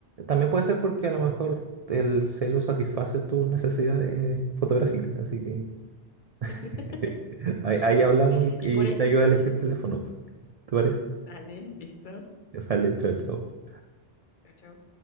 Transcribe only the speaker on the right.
También puede ser porque a lo mejor el celu satisface tus necesidades fotográficas. Así que
<laughs> ahí, ahí hablamos y,
y
te ayuda a elegir teléfono. pues. ¿Te parece?
<laughs> Vale, chao, chao.